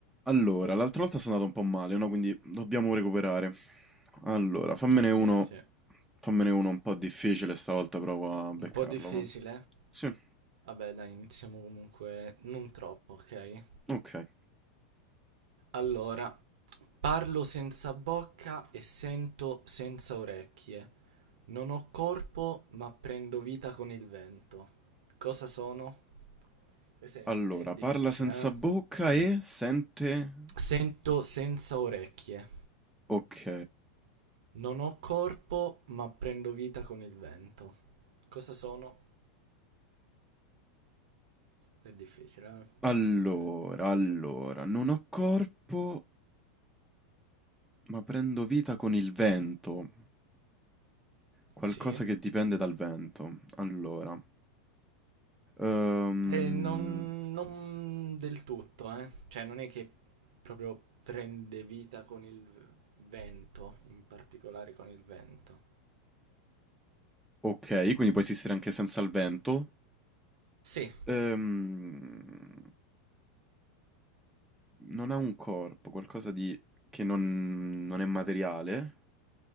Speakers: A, in the centre; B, on the right.
A: Allora, l'altra volta sono andato un po' male, no? Quindi dobbiamo recuperare. Allora, fammene
B: Eh sì,
A: uno,
B: eh sì.
A: fammene uno un po' difficile, stavolta provo a beccarlo.
B: Un po' difficile.
A: va. Sì,
B: Vabbè, dai, iniziamo comunque non troppo, ok?
A: ok.
B: Allora, parlo senza bocca e sento senza orecchie. Non ho corpo, ma prendo vita con il vento. Cosa sono? Questo è,
A: Allora,
B: è difficile,
A: parla senza
B: eh?
A: bocca e sente...
B: Sento senza orecchie.
A: Ok.
B: Non ho corpo, ma prendo vita con il vento. Cosa sono? È difficile, eh?
A: Allora,
B: Questo te, te lo devo
A: allora,
B: dire.
A: non ho corpo, ma prendo vita con il vento. Qualcosa
B: Sì.
A: che dipende dal vento. Allora. Ehm,
B: Eh, non, non del tutto, eh. Cioè, non è che proprio prende vita con il vento, in particolare con il vento.
A: Ok, quindi può esistere anche senza il vento.
B: Sì,
A: Ehm, non ha un corpo, qualcosa di... che non, non è materiale.